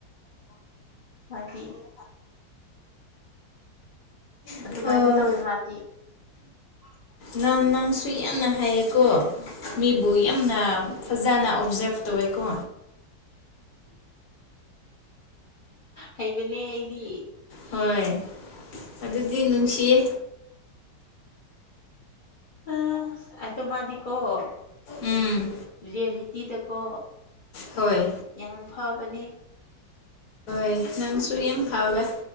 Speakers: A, on the left; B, on the left.
A: ꯑꯗꯨꯗꯤ ꯑꯗꯨꯃꯥꯏꯅ
B: ꯑꯣ
A: ꯇꯧꯋꯦ ꯃꯥꯗꯤ
B: ꯅꯪ ꯅꯪꯁꯨ ꯌꯥꯝꯅ ꯍꯥꯏꯌꯦꯀꯣ ꯃꯤꯕꯨ ꯌꯥꯝꯅ ꯐꯖꯅ ꯑꯣꯕꯖꯔꯞ ꯇꯧꯋꯦꯀꯣ
A: ꯍꯥꯏꯕꯅꯦ ꯍꯥꯏꯗꯤ
B: ꯍꯣꯏ ꯑꯗꯨꯗꯤ ꯅꯨꯡꯁꯤꯌꯦ
A: ꯑ ꯑꯗꯣ ꯃꯥꯗꯤꯀꯣꯣ
B: ꯎꯝ
A: ꯔꯤꯌꯦꯂꯤꯇꯤꯗꯀꯣ
B: ꯍꯣꯏ
A: ꯌꯥꯝ ꯐꯕꯅꯦ
B: ꯐꯩ ꯅꯪꯁꯨ ꯌꯥꯝ ꯐꯕꯦ